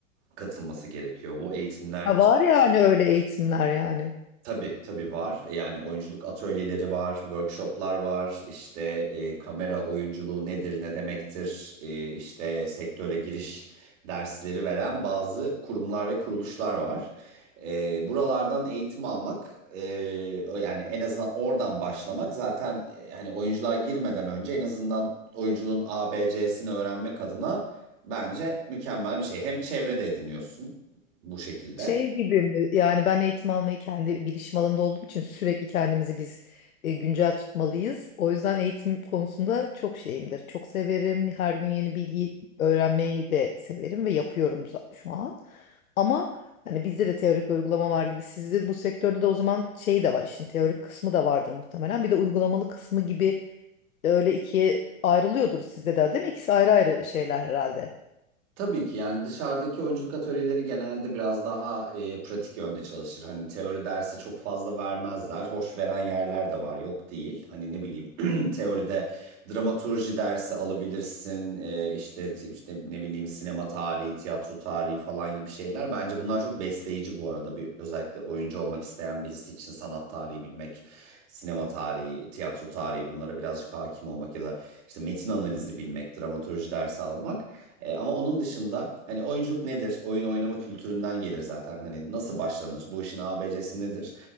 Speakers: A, on the right; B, on the left.
A: katılması gerekiyor. Bu eğitimler
B: Ha, var yani öyle eğitimler yani.
A: Tabii tabii var. E, Yani oyunculuk atölyeleri var, workshoplar var. İşte e, kamera oyunculuğu nedir, ne demektir? E, işte sektöre giriş dersleri veren bazı kurumlar ve kuruluşlar var. E, buralardan eğitim almak, e, yani en azından oradan başlamak zaten e, hani oyunculuğa girmeden önce en azından oyunculuğun A B C'sini öğrenmek adına bence mükemmel bir şey. Hem çevrede ediniyorsun bu şekilde.
B: Şey gibi mi? Yani ben eğitim almayı kendi bilişim alanında olduğum için sürekli kendimizi biz e, güncel tutmalıyız. O yüzden eğitim konusunda çok şeyimdir. Çok severim. Her gün yeni bilgi öğrenmeyi de severim ve yapıyorum za- şu an. Ama hani bizde de teorik ve uygulama var gibi. Sizde de bu sektörde de o zaman şey de var işin teorik kısmı da vardır muhtemelen. Bir de uygulamalı kısmı gibi öyle ikiye ayrılıyordur sizde de değil mi? İkisi ayrı ayrı şeyler herhalde.
A: Tabii ki yani dışarıdaki oyunculuk atölyeleri genelde biraz daha e, pratik yönde çalışır. Hani teori dersi çok fazla vermezler. Hoş veren yerler de var, yok değil. Hani ne bileyim <clears throat> teoride dramaturji dersi alabilirsin. E, işte işte ne bileyim sinema tarihi, tiyatro tarihi falan gibi şeyler. Bence bunlar çok besleyici bu arada bir özellikle oyuncu olmak isteyen birisi için sanat tarihi bilmek sinema tarihi, tiyatro tarihi bunlara birazcık hakim olmak ya da işte metin analizi bilmek, dramaturji dersi almak. E, ama onun dışında hani oyunculuk nedir? Oyun oynama kültüründen gelir zaten. Hani nasıl başlanır? Bu işin A B C'si nedir?